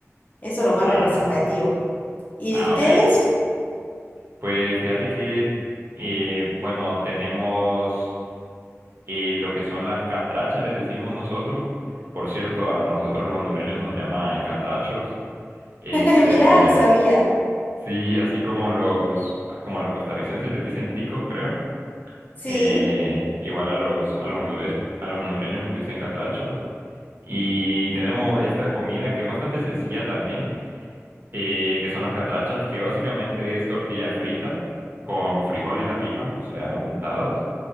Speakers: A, on the left; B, on the right.
A: Eso es lo más
B: Ah,
A: representativo. ¿Y
B: ah,
A: de ustedes?
B: ok. Pues fíjate que, eh, bueno, tenemos eh, lo que son las catrachas, les decimos nosotros. Por cierto, a nosotros los hondureños nos llaman catrachos. Este,
A: <laughs> Mirá, no sabía.
B: sí, así como los, como a los costarricenses les dicen ticos, creo.
A: Sí.
B: Eh, igual a los, a los hondures- a los hondureños nos dicen catrachos. Y tenemos esta comida que es bastante sencilla también. eh, que son las catrachas, que básicamente es tortilla frita con frijoles arriba, o sea, untados,